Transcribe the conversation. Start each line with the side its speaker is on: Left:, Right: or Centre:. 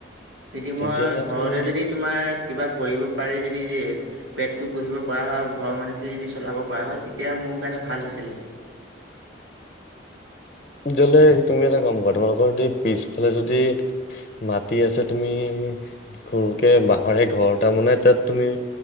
Right: যদি মই
Left: তেতিয়াহ'লে
Right: ঘৰতে
Left: তুমি
Right: যদি তোমাৰ কিবা কৰিব পাৰি যদি যে পেটটো পুহিব পৰা হয় ঘৰৰ মানুহখে যদি চলাব পৰা হয় তেতিয়া মোৰ কাৰণে ভাল আছিল।
Left: তেতিয়া হলে তুমি এটা কাম কৰা তোমালোকৰ পিছফালে যদি মাটি আছে তুমি সৰুকে বাঁহৰে ঘৰ এটা বনাই তাত তুমি